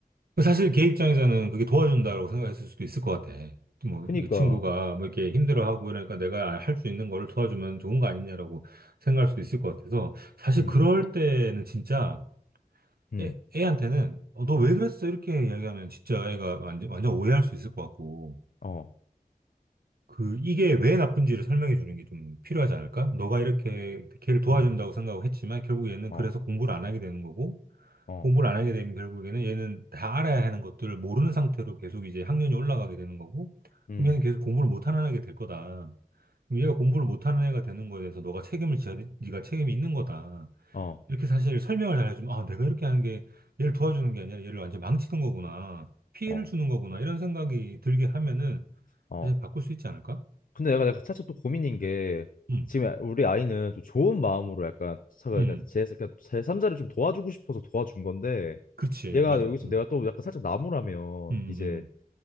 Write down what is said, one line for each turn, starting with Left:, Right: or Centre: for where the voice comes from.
Right: 사실 걔 입장에서는 그게 도와준다고
Left: 음.
Right: 생각했을 수도 있을 것 같아. 뭐,
Left: 그니까,
Right: 이게 친구가 뭐 이렇게 힘들어하고
Left: 어,
Right: 이러니까 내가 할 수 있는 거를 도와주면 좋은 거 아니냐라고 생각할 수도 있을 것 같아서 사실
Left: 음,
Right: 그럴 때는 진짜
Left: 음,
Right: 애, 애한테는 어, 너왜 그랬어? 이렇게 이야기하면 진짜 애가 완전, 완전 오해할 수 있을 것 같고.
Left: 어,
Right: 그, 이게 왜 나쁜지를 설명해 주는 게 좀 필요하지 않을까? 너가 이렇게 걔를 도와준다고
Left: 음,
Right: 생각을 했지만 결국 얘는
Left: 어,
Right: 그래서 공부를 안 하게 되는 거고,
Left: 어,
Right: 공부를 안 하게 되면 결국에는 얘는 다 알아야 하는 것들을 모르는 상태로 계속 이제 학년이 올라가게 되는 거고,
Left: 음,
Right: 그럼 얘는 계속 공부를 못하는 애가 될 거다. 그럼 얘가 공부를 못하는 애가 되는 거에 대해서 너가 책임을 져야, 돼. 네가 책임이 있는 거다.
Left: 어,
Right: 이렇게 사실 설명을 잘 해주면, 아, 내가 이렇게 하는 게 얘를 도와주는 게 아니라 얘를 완전 망치는 거구나. 피해를
Left: 어,
Right: 주는 거구나. 이런 생각이 들게 하면은
Left: 어.
Right: 사실 바꿀 수 있지 않을까?
Left: 근데 내가 내가 사실 또 고민인 게
Right: 음.
Left: 지금 우리 아이는 좀 좋은 마음으로 약간 제가
Right: 음,
Left: 제 그러니까 제삼자를 좀 도와주고 싶어서 도와준 건데
Right: 그렇지,
Left: 얘가
Right: 맞아.
Left: 여기서
Right: 음,
Left: 내가 또 약간 살짝 나무라면
Right: 음, 음,
Left: 이제
Right: 음.